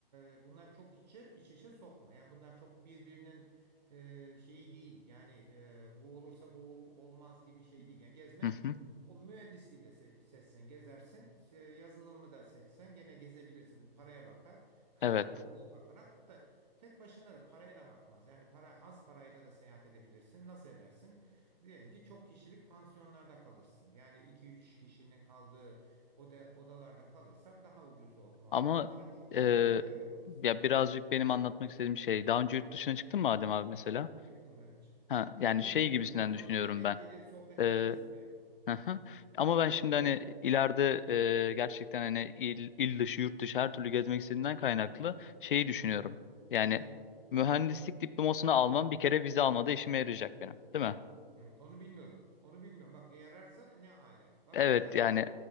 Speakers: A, on the right (about 45°); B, on the left (about 60°).
A: e, bunlar çok içe iç içe sokma. Yani bunlar çok birbirinin e, şeyi değil. Yani e, bu olursa bu ol- olmaz gibi şey değil. Yani gezmek
B: Hı hı.
A: o mühendisliği de se- seçsen gezersin, şey, yazılımı da seçsen gene gezebilirsin. Paraya bakar, kararlılığa
B: Evet.
A: bakar. Hatta Tek başına da paraya da bakmaz. Yani para az parayla da seyahat edebilirsin. Nasıl edersin? Diyelim ki çok kişilik pansiyonlarda kalırsın. Yani iki üç kişinin kaldığı oda, odalarda kalırsan daha ucuz o, mal
B: Ama
A: olur. Paran çok olursa
B: e,
A: otellerde kalırsın.
B: ya birazcık benim anlatmak istediğim şey, daha önce yurt dışına çıktın mı Adem abi mesela?
A: Çıktım evet çıktım.
B: Ha, yani
A: O
B: şey
A: yüzden
B: gibisinden
A: diyorum ya to-
B: düşünüyorum
A: şey denk
B: ben.
A: gelir sohbet
B: E,
A: ederiz diye.
B: hı hı. Ama ben
A: Hı,
B: şimdi hani ileride e, gerçekten hani il, il dışı, yurt dışı her türlü gezmek istediğimden kaynaklı şeyi düşünüyorum.
A: hı.
B: Yani
A: Nereye?
B: mühendislik diplomasını almam bir kere vize almada işime yarayacak benim, değil mi?
A: Hı, onu bilmiyordum. Onu bilmiyorum. Bak yararsa ne ala. Bak
B: Evet
A: burada
B: yani